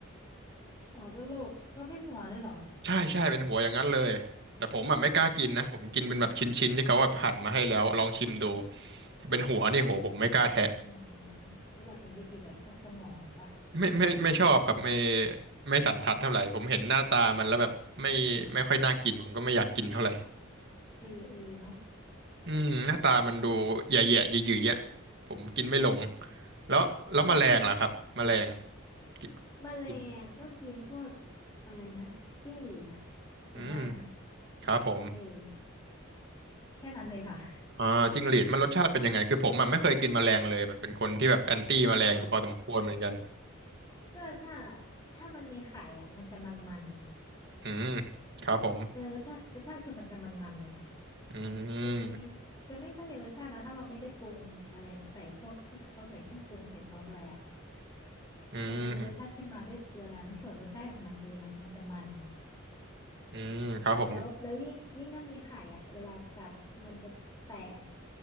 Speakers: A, on the left; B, on the right.
A: หัวกะโหลกก็นเป็นหัวเลยเหรอ
B: ใช่ใช่เป็นหัวอย่างนั้นเลยแต่ผมอ่ะไม่กล้ากินนะผมกินเป็นแบบชิ้นๆที่เขาแบบหั่นมาให้แล้วลองชิมดู
A: โอ้โห
B: ถ้าเป็นหัวนี่โหผมไม่กล้าแทะ
A: อืมแล้วแบบนี้ได้กินแบบพวกสมองปะ
B: ไม่ไม่ไม่ชอบครับไม่ไม่สันทัดเท่าไหร่ผมเห็นหน้าตามันแล้วแบบไม่ไม่ค่อยน่ากินผมก็ไม่อยากกินเท่าไหร่
A: อ่าเออเออเนาะ
B: อืมหน้าตามันดูแย่ๆหยืยๆอ่ะผมกินไม่ลง
A: อืม
B: แล้วแล้วแมลงล่ะครับแมลง
A: แค่พูดค่ะ
B: กิ
A: แมลงก็กินพวก
B: กิน
A: อะไรนะจิ้งหรีดน่ะ
B: อืม
A: กินได้นะ
B: ครับผม
A: เออแค่นั้นเลยค่ะ
B: อ่าจิ้งหรีดมันรสชาติเป็นยังไงคือผมอ่ะไม่เคยกินแมลงเลยแบบเป็นคนที่แบบแอนตี้แมลงอยู่พอสมควรเหมือนกัน
A: อ๋อก็ถ้าถ้ามันมีไข่อ่ะมันจะมัน
B: อืมครับผม
A: ๆเออรสชาติรสชาติคือมันจะมันๆเลยค่ะ
B: อืม
A: จะมีจะไม่ค่อยมีรสชาตินะถ้าเราไม่ได้ปรุงอะไรใส่พวกที่เขาใส่เครื่องปรุงใส่ซอสอะไรอ่ะ
B: อืม
A: มันจะมีรสชาติขึ้นมาด้วยตัวนั้นส่วนรสชาติของมันเองอ่ะมันจะมัน
B: อืมครับผม
A: แล้วแล้วยิ่งยิ่งถ้ามีไข่อ่ะเวลากัดอะมันจะแตก